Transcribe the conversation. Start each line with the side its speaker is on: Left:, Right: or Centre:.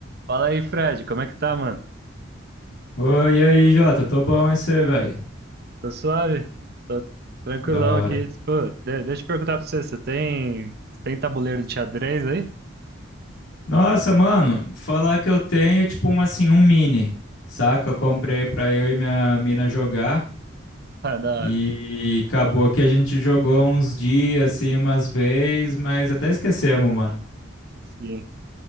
Right: Fala aí, Fred, como é que tá, mano?
Left: Oi, e aí, Jota, tô bom e você, velho?
Right: Tô suave, tô tranquilão
Left: Da hora.
Right: aqui. Pô, de- deixa eu perguntar pra você, você tem, tem tabuleiro de xadrez aí? <laughs>
Left: Nossa, mano, falar que eu tenho é tipo um assim, um mini, saca? Eu comprei pra eu e minha mina jogar
Right: Ah, da hora.
Left: e acabou
Right: Ah,
Left: que a gente jogou uns dias assim, umas vezes, mas até esquecemos, mano.
Right: sim.